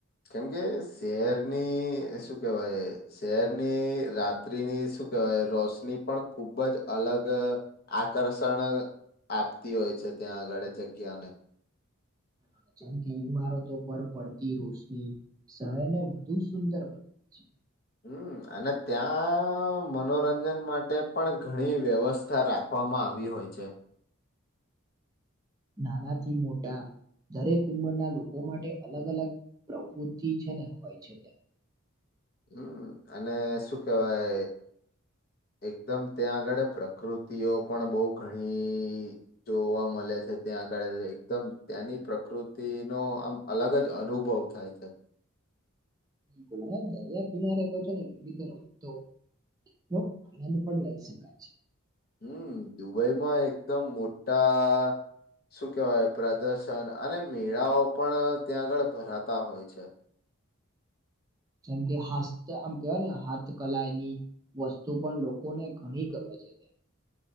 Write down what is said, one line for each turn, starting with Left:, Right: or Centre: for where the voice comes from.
Left: કેમ કે શહેરની શું કેવાય શહેરની રાત્રિની શું કેવાય રોશની પણ ખુબ જ અલગ આકર્ષણ આપતી હોય છે ત્યાં આગળ જગ્યાને
Right: હા, જેમ કે ઈમારતો પર પડતી રોશની શહેરને વધુ સુંદર બનાવે છે.
Left: હમ્મ, અને ત્યાં મનોરંજન માટે પણ ઘણી વ્યવસ્થા રાખવા વામાં આવી હોય છે.
Right: નાનાથી મોટા દરેક ઉંમરના લોકો માટે અલગ-અલગ પ્રભુતિ છે, ને એમ હોય છે ત્યા
Left: હમ્મ અને શું કેહેવાય એકદમ ત્યાં આગળ પ્રકૃતિઓ પણ બહ ઘણી જોવા મળે છે. ત્યાં આગળ એકદમ ત્યાંની પ્રકૃતિનો આમ અલગ જ અનુભવ થાય છે. <inaudible>
Right: ગોવા દરિયા કિનારે તો વિવિધ રમતો નો આનંદ પણ લઈ શકાય છે.
Left: હમ્મ, દુબઈમાં એકદમ મોટા શું કેહેવાય પ્રદર્શન અને મેળાઓબી પણ ત્યાં આગળ ભરાતા હોય છે.
Right: એમ કે હસ્ત આમ કેવાય ને હાથ કલાયની વસ્તુ પણ લોકોને ઘણી ગમે છે, તે